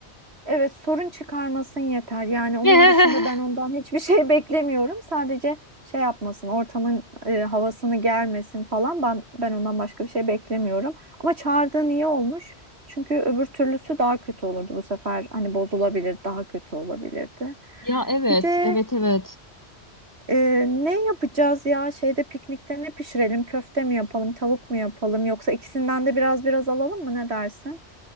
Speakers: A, on the right; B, on the left.
A: Evet, sorun çıkarmasın yeter. Yani onun
B: <laughs>
A: dışında ben ondan hiçbir şey <laughs> beklemiyorum. Sadece şey yapmasın, ortamın e, havasını germesin falan. Ben ben ondan başka bir şey beklemiyorum. Ama çağırdığın iyi olmuş. Çünkü öbür türlüsü daha kötü olurdu bu sefer. Hani bozulabilir, daha kötü olabilirdi.
B: Ya evet,
A: Bir de
B: evet evet.
A: e, ne yapacağız ya? Şeyde piknikte ne pişirelim? Köfte mi yapalım, tavuk mu yapalım? Yoksa ikisinden de biraz biraz alalım mı? Ne dersin?